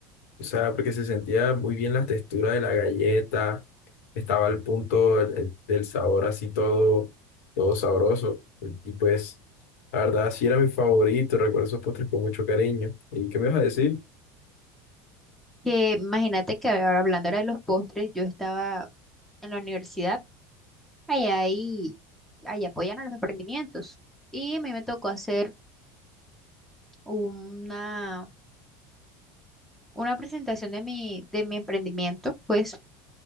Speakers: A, on the left; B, in the centre.
A: o sea, porque se sentía muy bien la textura de la galleta, estaba al punto el- el- del sabor así todo, todo sabroso. Y pues, la verdad, sí era mi favorito, recuerdo esos postres con mucho cariño. ¿Y qué me vas a decir?
B: que imagínate que ahora hablando ahora de los postres, yo estaba en la universidad, allá ahí, ahí apoyan a los emprendimientos. Y a mí me tocó hacer una, una presentación de mi, de mi emprendimiento, pues